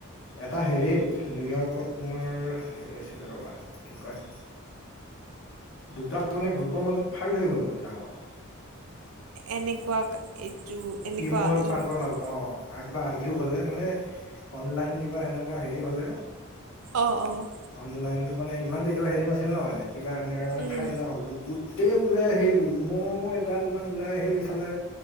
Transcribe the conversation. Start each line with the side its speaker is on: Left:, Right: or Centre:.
Left: এটা হেৰিত, নিউয়ৰ্কত তোমাৰ হেৰি আছিলে ৰ'বা কি কয়! দুটা মানে গ্ৰুপৰ মাজত ফাইট হৈ গ'ল মানে ডাঙৰ।
Right: এনেকুৱা এইটো, এনেকুৱা
Left: ইমু আৰু
Right: ই
Left: পাংকৰ মাজত অ'। আগ বা আৰ্গিউ হ'লে মানে অনলাইন কিবা সেনেকুৱা হেৰি হ'লে।
Right: অ', অ'।
Left: অনলাইনটো মানে ইমান এটা হেৰি নাছিল ন? এনে কিবা সেনেকে মানে
Right: উম
Left: ফাইট এটা হ'ল গুট তে ওলাই আহিলি, ইমৌ এগাল মান ওলাই আহিল ইফালে।